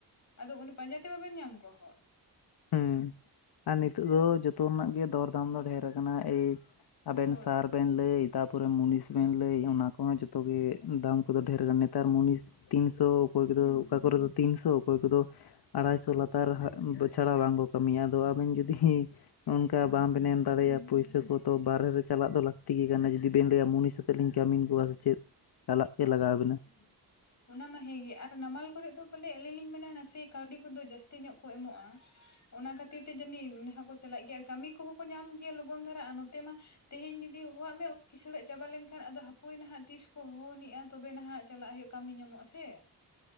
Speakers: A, on the left (about 45°); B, on the left (about 70°).
A: ᱟᱫᱚ ᱚᱱᱮ ᱯᱟᱸᱡᱟ ᱛᱮ ᱵᱟᱵᱮᱱ ᱧᱟᱢ ᱠᱚᱣᱟ ᱦᱚᱲ᱾
B: ᱦᱩᱸ ᱟᱨ ᱱᱤᱛᱚᱜ ᱫᱚ ᱡᱚᱛᱚ ᱨᱮᱱᱟᱜ ᱜᱮ ᱫᱚᱨ ᱫᱟᱢ ᱫᱚ ᱰᱷᱮᱨ ᱟᱠᱟᱱᱟ ᱮᱭ ᱟᱵᱮᱱ
A: ᱦᱳᱭ
B: ᱥᱟᱨ ᱵᱮᱱ ᱞᱟᱹᱭ ᱛᱟᱯᱚᱨᱮ ᱢᱩᱱᱤᱥ ᱵᱮᱱ ᱞᱟᱹᱭ ᱚᱱᱟ ᱠᱚᱦᱚᱸ ᱡᱷᱛᱚᱜ ᱜᱮ ᱫᱟᱢ ᱠᱚᱫᱚ ᱰᱷᱮᱨ ᱠᱟᱱᱟ᱾ ᱱᱮᱛᱟᱨ ᱢᱩᱱᱤᱥ ᱛᱤᱱᱥᱚ ᱚᱠᱚᱭ ᱠᱚᱫᱚ ᱚᱠᱟ ᱠᱚᱨᱮ ᱫᱚ ᱛᱤᱱᱥᱚ ᱚᱠᱚᱭ ᱠᱚᱫᱚ ᱟᱲᱟᱭᱥᱚ ᱞᱟᱛᱟᱨ ᱦᱟᱜ ᱪᱷᱟᱲᱟ ᱵᱟᱝ ᱠᱚ ᱠᱟᱹᱢᱤᱭᱟ ᱟᱫᱚ ᱟᱵᱮᱱ ᱡᱩᱫᱤ ᱚᱱᱠᱟ ᱵᱟᱝ ᱵᱮᱱ ᱮᱢ ᱫᱟᱲᱮᱭᱟᱜᱼᱟ ᱯᱩᱭᱥᱟᱹ ᱠᱚ ᱛᱚ ᱵᱟᱨᱦᱮ ᱨᱮ ᱪᱟᱞᱟᱜ ᱫᱚ ᱞᱟᱹᱠᱛᱤ ᱜᱮ ᱠᱟᱱᱟ᱾ ᱡᱩᱫᱤ ᱵᱮᱱ ᱞᱟᱹᱭᱟ ᱢᱩᱱᱤᱥ ᱛᱮᱞᱤᱧ ᱠᱟᱹᱢ ᱠᱚᱣᱟ ᱥᱮ ᱪᱮᱫᱺ ᱪᱟᱞᱟᱜ ᱜᱮ
A: ᱦᱳᱭ
B: ᱞᱟᱜᱟᱣ
A: ᱦᱳᱭ
B: ᱵᱤᱱᱟ᱾
A: ᱚᱱᱟ ᱢᱟ ᱦᱮᱸ ᱜᱮ ᱟᱨ ᱱᱟᱢᱟᱞ ᱠᱚᱨᱮᱫ ᱫᱚ ᱯᱟᱞᱮ ᱟᱹᱞᱤᱧ ᱞᱤᱧ ᱢᱮᱱᱟ ᱱᱟᱥᱮ ᱠᱟᱹᱣᱰᱤ ᱠᱚᱫᱚ ᱡᱟᱹᱥᱛᱤ ᱧᱚᱜ ᱠᱚ ᱮᱢᱚᱜ-ᱟ᱾ ᱚᱱᱟ ᱠᱷᱟᱹᱛᱤᱨ ᱛᱮ ᱡᱟᱹᱱᱤᱡ ᱱᱟᱦᱟᱜ ᱠᱚ ᱪᱟᱞᱟᱜ ᱜᱮᱭᱟ ᱟᱨ ᱠᱟᱹᱢᱤ ᱠᱚᱦᱚᱸ ᱠᱚ ᱧᱟᱢ ᱜᱮᱭᱟ ᱞᱚᱜᱚᱱ ᱫᱷᱟᱨᱟ ᱟᱨ ᱱᱚᱛᱮ ᱢᱟ ᱛᱮᱦᱮᱧ ᱡᱩᱫᱤ ᱦᱚᱦᱚᱣᱟᱜ ᱢᱮ ᱠᱤᱥᱟᱹᱲᱟᱜ ᱪᱟᱵᱟ ᱞᱮᱱᱠᱷᱟᱱ ᱟᱫᱚ ᱦᱟᱯᱚᱭ ᱱᱟᱦᱟᱜ ᱛᱤᱥ ᱠᱚ ᱦᱚᱦᱚᱣᱟᱱᱤᱡ ᱛᱚᱵᱮ ᱱᱟᱦᱟᱜ ᱪᱟᱞᱟᱜ ᱦᱳᱭᱳᱜ ᱠᱟᱹᱢᱤ ᱧᱟᱢᱚᱜ-ᱟ ᱥᱮ᱾